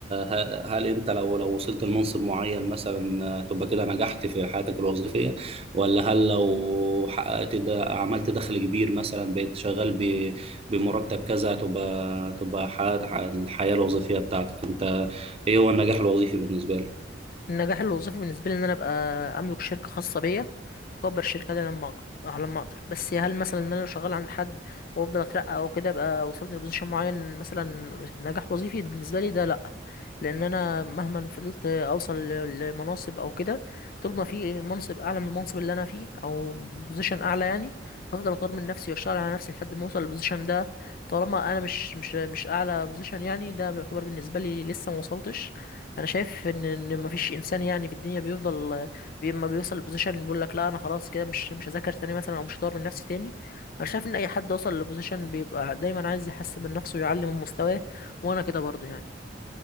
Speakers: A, on the right; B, on the left.
A: ه- هل أنت لو لو وصلت لمنصب معين مثلا آه، تبقى كده نجحت في حياتك الوظيفية ولا هل لو حققت ده عملت دخل كبير مثلا بقيت شغال ب- بمرتب كذا تبقى تبقى حققت الحياة الوظيفية بتاعتك أنت إيه هو النجاح الوظيفي بالنسبة لك؟
B: النجاح الوظيفي بالنسبه لي ان انا ابقى املك شركه خاصه بيا واكبر الشركه دي لما اقدر آه، لما اقدر بس هل مثلا ان انا لو شغال عند حد وافضل اترقى او كده ابقى وصلت لبوزيشن معين مثلا نجاح وظيفي بالنسبه لي ده لا لان انا مهما فضلت اوصل ل- لمناصب او كده طول ما في منصب اعلى من المنصب اللي انا فيه او بوزيشن اعلى يعني هفضل اطور من نفسي واشتغل على نفسي لحد ما اوصل للبوزيشن ده طالما انا مش مش مش اعلى بوزيشن يعني ده بيعتبر بالنسبه لي لسه ما وصلتش انا شايف ان ان مفيش انسان يعني في الدنيا بيفضل بي- اما بيوصل لبوزيشن اللي بيقول لك لا انا خلاص كده مش مش هذاكر تاني مثلا او مش هطور من نفسي تاني انا شايف ان اي حد وصل لبوزيشن بيبقى دايما عايز يحسن من نفسه ويعلي من مستواه وانا كده برضو يعني